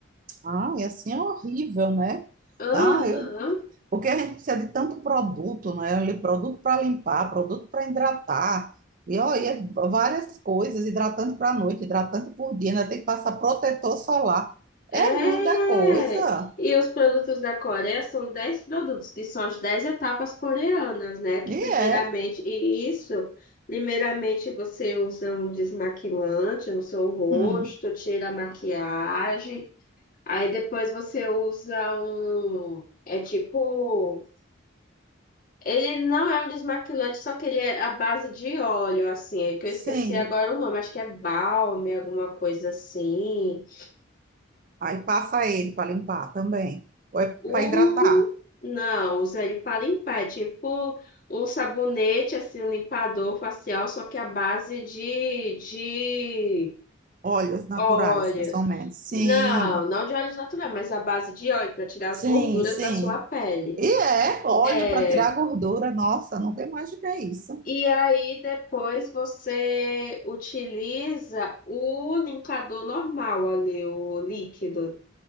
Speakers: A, on the right (about 40°); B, on the left (about 40°).
A: Ah, e assim é horrível, né?
B: Aham.
A: Ah, eu... Porque a gente precisa de tanto produto, né? Ali, Produto para limpar, produto para hidratar. E olha, várias coisas, hidratante para noite, hidratante por dia, ainda tem que passar protetor solar.
B: É!
A: É muita coisa.
B: E os produtos da Coreia são 10 produtos, que são as 10 etapas coreanas, né? Que
A: E
B: primeiramente,
A: é.
B: e isso, primeiramente você usa um desmaquilante no seu rosto,
A: Hum,
B: tira a maquiagem, aí depois você usa um, é tipo, ele não é um desmaquilante, só que ele é a base de óleo, assim, que
A: sim.
B: eu esqueci agora o nome, acho que é balme, alguma coisa assim.
A: Aí passa ele para limpar também. Ou é
B: O...
A: para hidratar.
B: Não, usa ele para limpar. É tipo um sabonete, assim, um limpador facial, só que à base de, de
A: Óleos naturais,
B: óleos.
A: mais ou menos. Sim,
B: Não, não de óleos naturais, mas à base de óleo para tirar
A: sim,
B: as gorduras
A: sim.
B: da sua pele.
A: E é óleo
B: É.
A: para tirar a gordura. Nossa, nunca imaginei isso.
B: E aí depois você utiliza o limpador normal ali, o líquido.